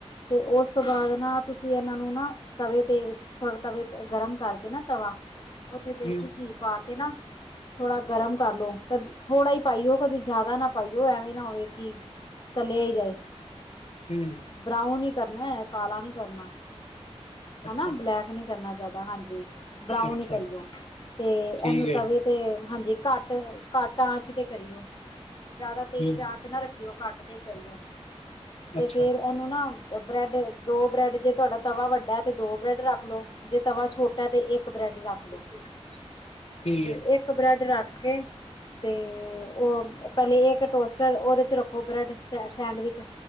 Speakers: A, on the left (about 40°); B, on the left (about 70°).
A: ਤੇ ਉਸ ਤੋਂ ਬਾਅਦ ਨਾ ਤੁਸੀਂ ਇਹਨਾਂ ਨੂੰ ਨਾ ਤਵੇ ਤੇ ਥੋੜੇ ਤਵੇ ਗਰਮ ਕਰਕੇ ਨਾ ਤਵਾ ਉੱਥੇ ਦੇਸੀ
B: ਹੂੰ
A: ਘੀ ਪਾ ਕੇ ਨਾ ਥੋੜਾ ਗਰਮ ਕਰ ਲੋ ਕ ਥੋੜ੍ਹਾ ਹੀ ਪਾਈਓ ਕਦੇ ਜ਼ਿਆਦਾ ਨਾ ਪਾਈਓ ਐਵੇਂ ਨਾ ਹੋਵੇ ਕਿ ਤਲਿਆ ਹੀ ਜਾਏ।
B: ਹਮ
A: ਬਰਾਊਨ ਹੀ ਕਰਨਾ ਕਾਲਾ ਨੀ ਕਰਨਾ।
B: ਅੱਛਾ
A: ਹਨਾ ਬਲੈਕ ਨੀ ਕਰਨਾ ਜਾਦਾ ਹਾਂਜੀ ਬਰਾਊਨ
B: ਅੱਛਾ
A: ਹੀ ਕਰੀਓ। ਤੇ ਇਹਨੂੰ
B: ਠੀਕ
A: ਤਵੇ
B: ਹੈ
A: ਤੇ ਹਾਂਜੀ ਘੱਟ ਘੱਟ ਆਚ ਤੇ ਕਰੀਓ ਜ਼ਿਆਦਾ ਤੇਜ਼
B: ਹੂੰ
A: ਆਚ- ਨਾ ਰੱਖੀਓ ਕੱਟ ਤੇ ਕਰੀਓ ਤੇ
B: ਅੱਛਾ
A: ਫੇਰ ਇਹਨੂੰ ਨਾ ਬ੍ਰੈਡ ਦੋ ਬ੍ਰੈਡ ਜੇ ਤੁਹਾਡਾ ਤਵਾ ਵੱਡਾ ਹੈ ਤੇ ਦੋ ਬ੍ਰੈਡ ਰੱਖ ਲੋੋ। ਜੇ ਤਵਾ ਛੋਟਾ ਤੇ ਇੱਕ ਬ੍ਰੈਡ ਰੱਖ ਲੋ
B: <inaudible> <unintelligible>
A: ਤੇ
B: ਹੈ
A: ਇੱਕ ਬ੍ਰੈਡ ਰੱਖ ਕੇ ਤੇ ਉਹ ਪਹਿਲੇ ਇਹ ਇੱਕ ਟੋਸਟਰ ਉਹਦੇ ' ਰੱਖੋ ਬ੍ਰੈਡ ਸੈਂਡਵਿਚ